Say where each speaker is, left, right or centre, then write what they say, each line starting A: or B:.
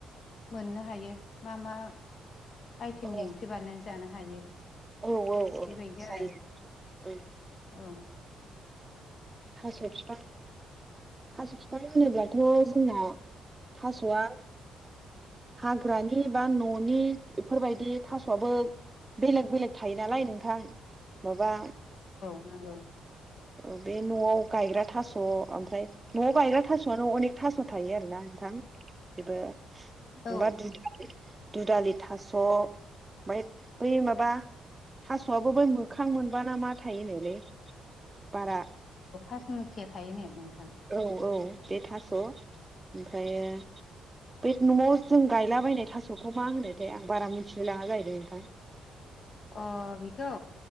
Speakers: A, on the left; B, on the right.
A: मोननो हायो। मा मा आइटेमनि
B: औ
A: ओंख्रि बानायनानै जानो हायो।
B: औ
A: बेबायदि
B: औ औ
A: आरो
B: जायो औ
A: औ
B: थास' फिफां थास' फिफां होनोब्लाथ' जोंना थास'आ हाग्रानि बा न'नि इफोरबायदि थास'आबो बेलेग बेलेग थायो नालाय नोंथां। माबा
A: नांगौ।
B: औ बे न'आव गायग्रा थास' ओमफ्राय न'आव गायग्रा थास'आनो अनेक थास' थायो आरोना नोंथां। बेबो
A: औ
B: बा दुदा दुधालि थास' मायद बै माबा थास'आबो बै मो खां मोनबाना मा थायोनोलै बारा
A: पासमुखिया थायोनो नोंथां।
B: औ औ बे थास' ओमफ्रायो बै न'आव जों गायलाबायनाय थास'खौ मा होनोथायाय? आं बारा मिथिनो लाङा जाहैबाय नोंथां।
A: अ बिखौ